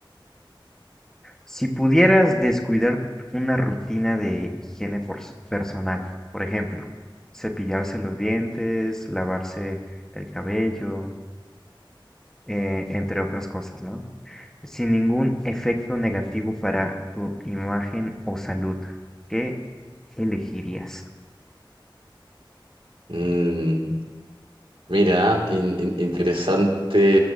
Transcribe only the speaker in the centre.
si pudieras descuidar una rutina de higiene por- personal, por ejemplo, cepillarse los dientes, lavarse el cabello, eh, entre otras cosas, ¿no? sin ningún efecto negativo para tu imagen o salud. ¿Qué elegirías?